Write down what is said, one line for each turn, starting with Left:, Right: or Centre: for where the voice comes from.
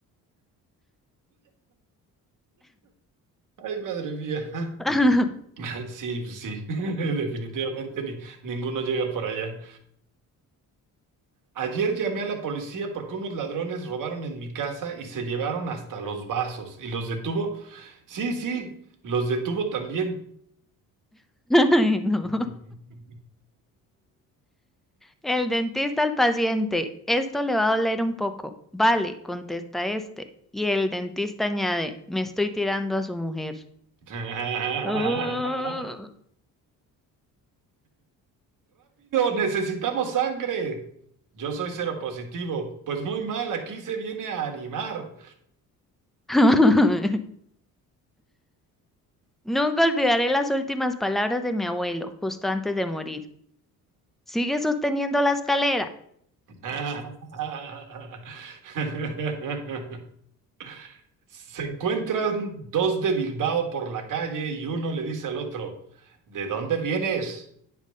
Right: Ay, madre mía.
Centre: <laughs>
Right: <laughs> Sí, pues sí, <laughs> definitivamente ni, ninguno llega por allá. Ayer llamé a la policía porque unos ladrones robaron en mi casa y se llevaron hasta los vasos. ¿Y los detuvo? Sí, sí, los detuvo también.
Centre: Ay, no.
Right: <laughs>
Centre: El dentista al paciente, esto le va a doler un poco. Vale, contesta este. Y el dentista añade, me estoy tirando a su mujer.
Right: Rápido,
Centre: Uh.
Right: necesitamos sangre. Yo soy cero positivo. Pues muy mal, aquí se viene a animar.
Centre: <laughs> Nunca olvidaré las últimas palabras de mi abuelo, justo antes de morir. Sigue sosteniendo la escalera.
Right: <laughs> Se encuentran dos de Bilbao por la calle y uno le dice al otro, ¿de dónde vienes?